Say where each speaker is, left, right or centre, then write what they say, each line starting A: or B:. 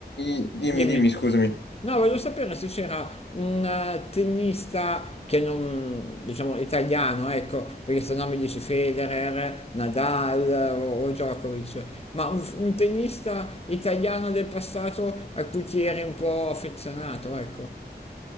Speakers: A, on the left (about 85°); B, on the left (about 35°).
A: i- dimmi,
B: dimmi.
A: dimmi, scusami.
B: No, voglio sapere se c'era un eh, tennista che non, diciamo, italiano, ecco, perché se no mi dici Federer, Nadal o, o Djokovic, ma un, un tennista italiano del passato a cui ti eri un po' affezionato, ecco.